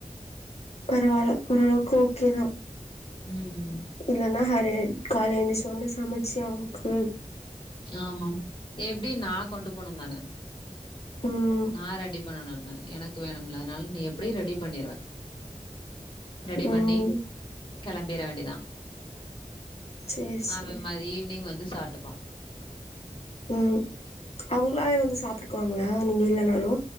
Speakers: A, on the left; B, on the left.
A: பரவால்ல ஓரளவுக்கு ஓகே தா
B: ம்
A: இல்லன்னா ஹரெ கால்ல எந்துச்ச ஒட்னே சமைச்சு அவுங்களுக்கு
B: ஆமா எப்டியு நா கொண்டு போனு தானே
A: ம்
B: நா ரெடி பண்ணணுனு எனக்கு வேணும்ல அதுனால நீ எப்டி ரெடி பண்ணிருவே ரெடி
A: ம்
B: பண்ணி கெளம்பிற வேண்டிதா
A: சேரி சேரி
B: அவெ மதி ஈவினிங் வந்து சாப்ட்டுப்பா
A: ம் அவுங்களாவே வந்து சாப்ட்டுக்குவாங்களா நீங்க இல்லனாலு